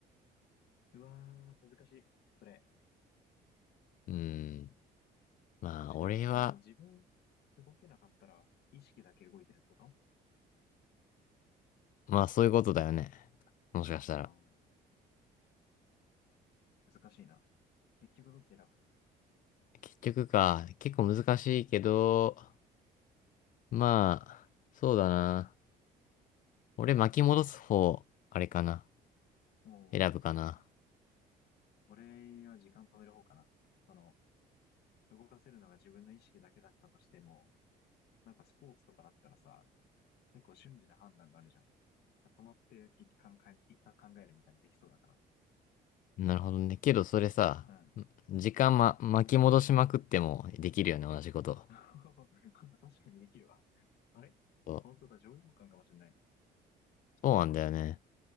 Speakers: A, on the left (about 70°); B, on the left (about 50°).
A: うわー、難しい。それ。
B: うーん。まあ、
A: 確かにね。
B: 俺は、
A: いや、でも自分、動けなかったら、意識だけ動いてるってこと
B: まあそういうことだよね。もしかしたら。
A: ああー、難しいな。結局どっち選ぶ
B: 結局か、結構難しいけど、まあ、そうだな。俺巻き戻す方、あれかな。
A: もう、
B: 選ぶかな。
A: 俺は時間止める方かな。その、動かせるのが自分の意識だけだったとしても、なんかスポーツとかだったらさ、結構瞬時な判断があるじゃん。だから止まって一旦かん、一旦考えるみたいなのできそうだか
B: なるほどね。けどそれさ、
A: ら。うん。
B: 時間ま、巻き戻しまくってもできるよね、同じこと。
A: <laughs> 確かにできるわ。あれ本当だ、
B: そう
A: 上位互換かもしれない。
B: そうなんだよね。